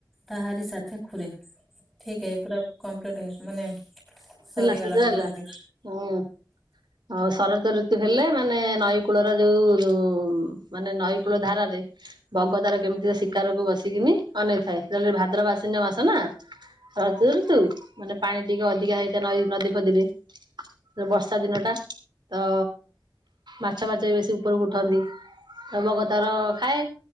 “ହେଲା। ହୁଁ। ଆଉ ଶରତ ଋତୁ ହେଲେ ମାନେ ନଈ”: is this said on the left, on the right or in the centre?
Right